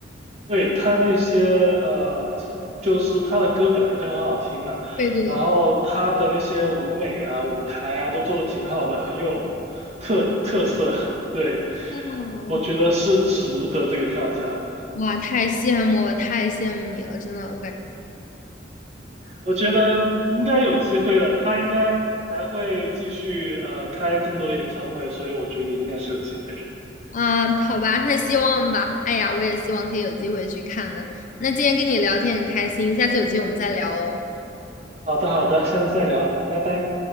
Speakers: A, on the right; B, on the left.
A: 对他那些呃，唱就是他的歌本来就很好听嘛，
B: 对对，
A: 然后他的那些舞美啊、舞台啊都做的挺好的，很有特特色。<laughs> 对，
B: 哦，
A: 我觉得是值得这个票价的。
B: 哇，太羡慕了，太羡慕你了，真的，我感。
A: 我觉得应该有机会的，他应该还会继续呃开更多的演唱会，所以我觉得你应该是有机会的。
B: 嗯，好吧，那希望吧。哎呀，我也希望可以有机会去看呢。那今天跟你聊天很开心，下次有机会我们再聊哦。
A: 好的，好的，下次再聊，拜拜。